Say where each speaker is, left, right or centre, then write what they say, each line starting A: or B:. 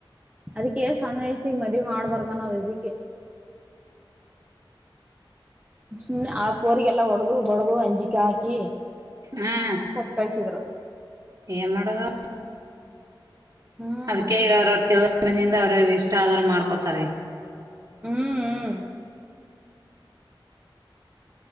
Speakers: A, on the right (about 15°); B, on the right (about 45°).
A: ಅದಕ್ಕೆ ಸಣ್ಣ ವಯಸ್ಸ ಮದ್ವಿ ಮಾಡ್ಬಾರ್ದಾನ ಅ ಇದಕ್ಕೆ ಸುಮ್ಮನೆ ಆ ಪೋರಿಗೆಲ್ಲಾ ಹೊಡದು ಬಡ್ದ ಅಂಜಿಕೆ ಹಾಕಿ
B: ಹಾ
A: ಕಟ್ಕೈಸಿದ್ರು
B: ಏನ್ ಮಾಡದು
A: ಹ್ಮ್
B: ಅದಕ್ಕೆ ಗಾರಡ್ತಿ ಬಂದೀನ್ ಅವ್ರ್ ಅವ್ರ್ ಇಷ್ಟ ಯಾದಾರ ಮಾಡ್ಕೋತಾರೀ
A: ಹ್ಮ್ ಹ್ಮ್